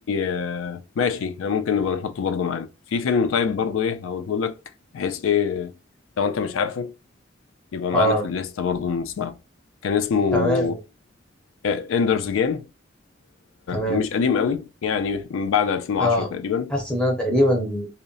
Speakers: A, on the left (about 85°); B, in the centre.
A: آه، ماشي آه، ممكن نبقى نحطه برضه معانا في فيلم طيب برضه ايه هقوله لك بحيث ايه لو انت مش عارفه يبقى معانا
B: اه
A: في الليسته برضو نسمعه كان اسمه
B: تمام
A: اندرز جيم
B: تمام
A: مش قديم قوي يعني من بعد 2010
B: اه
A: تقريبا
B: حاسس ان انا تقريبا